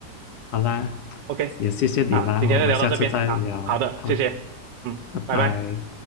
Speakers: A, on the left; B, on the right.
A: 好啦，
B: OK，
A: 也谢谢你啦，
B: 啊，今天就聊到这边啊，
A: 我们下次再聊。
B: 好的，
A: 好，
B: 谢谢，嗯，
A: 拜拜。
B: 拜拜。